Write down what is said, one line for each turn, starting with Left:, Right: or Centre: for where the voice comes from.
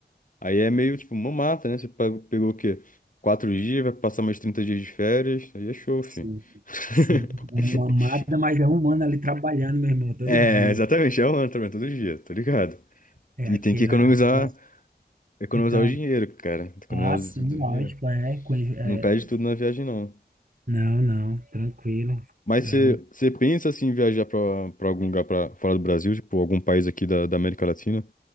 Left: Aí é meio tipo uma mata, né? Você pegou, pegou o quê? Quatro dias, vai passar mais 30 dias de férias. Aí é show,
Right: Sim,
Left: filho. <laughs>
Right: sim. É uma mata, mas é um ano ali trabalhando, meu irmão, todo
Left: É,
Right: dia.
Left: exatamente, é um ano também, todo dia, tá ligado?
Right: É
Left: E
Right: aquela,
Left: tem que economizar,
Right: aquela-
Left: economizar
Right: Então,
Left: o dinheiro, cara. Economizar
Right: ah, sim,
Left: o dinheiro.
Right: lógico, é, conhe- é.
Left: Não perde tudo na viagem, não.
Right: Não, não, tranquilo.
Left: Mas
Right: É,
Left: você
Right: o-
Left: você pensa assim, em viajar pra, pra algum lugar pra, fora do Brasil, tipo, algum país aqui da, da América Latina?